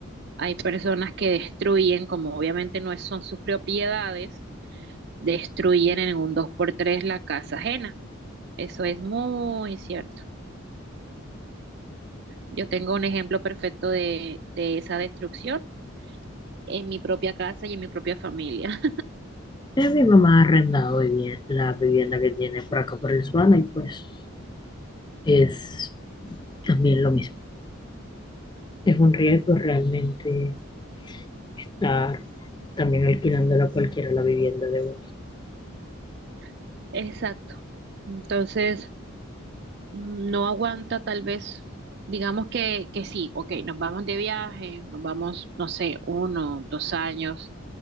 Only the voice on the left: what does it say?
Eh, mi mamá ha arrendado vivi- la vivienda que tiene por acá por el Suana y pues es también lo mismo. Es un riesgo realmente estar también alquilándola cualquiera la vivienda de uno.